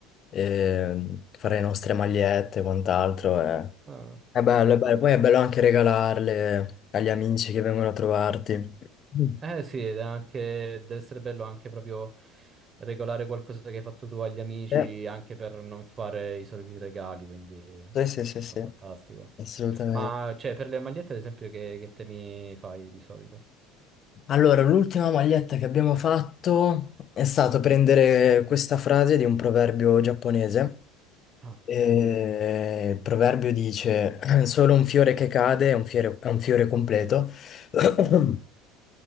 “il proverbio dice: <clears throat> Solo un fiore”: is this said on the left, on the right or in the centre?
Left